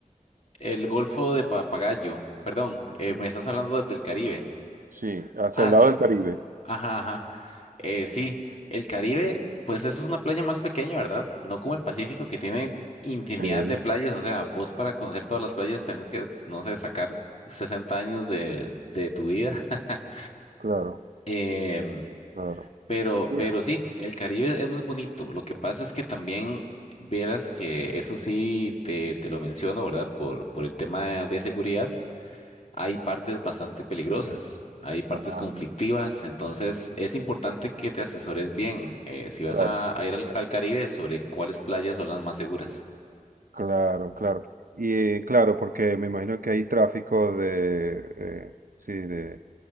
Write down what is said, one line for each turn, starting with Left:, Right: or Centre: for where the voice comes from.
Left: el Golfo de Papagayo, perdón, eh,
Right: Ujú.
Left: me estás hablando del Caribe.
Right: Sí, hacia
Left: Ah,
Right: el lado
Left: sí.
Right: del Caribe.
Left: Ajá, ajá. Eh, sí, el Caribe, pues eso es una playa más pequeña, ¿verdad? No como el Pacífico que tiene infinidad
Right: Sí,
Left: de playas, o sea, vos para conocer todas las playas tenés que, no sé, sacar 60 años de, de tu vida. <laughs>
Right: claro,
Left: Em,
Right: claro.
Left: pero,
Right: Bien.
Left: pero sí, el Caribe es muy bonito. Lo que pasa es que también verás que eso sí te, te lo menciono, ¿verdad? Por, por el tema de seguridad hay partes bastante peligrosas, hay partes
Right: Ajá,
Left: conflictivas, entonces es importante que te asesores bien eh, si vas
Right: claro.
Left: a, a ir al, al Caribe sobre cuáles playas son las más seguras.
Right: Claro, claro. Y eh, claro, porque me imagino que hay tráfico de, eh, sí, de,